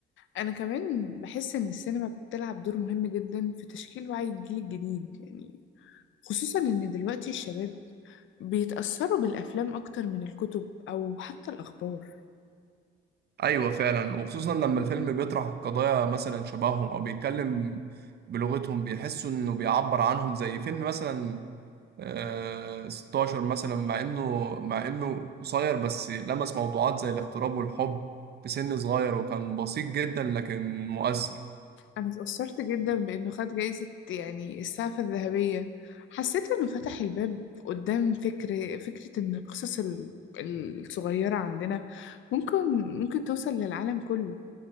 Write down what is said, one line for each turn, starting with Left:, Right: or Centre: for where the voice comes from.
Left: أنا كمان بحس إن السينما بتلعب دور مهم جدا في تشكيل وعي الجيل الجديد يعني خصوصا إن دلوقتي الشباب بيتأثروا بالأفلام أكتر من الكتب أو حتى الأخبار
Right: ايوه فعلا وخصوصا لما الفيلم بيطرح قضايا مثلا شبههم او بيتكلم بلغتهم بيحسوا انه بيعبر عنهم زي فيلم مثلا آه 16 مثلا مع انه مع انه قصير بس لمس موضوعات زي الاغتراب والحب في سن صغير وكان بسيط جدا لكن مؤثر
Left: أنا اتأثرت جدا بإنه خد جايزة يعني السعفة الذهبية حسيت إنه فتح الباب قدام فكر فكرة إن القصص ال- الصغيرة عندنا ممكن ممكن توصل للعالم كله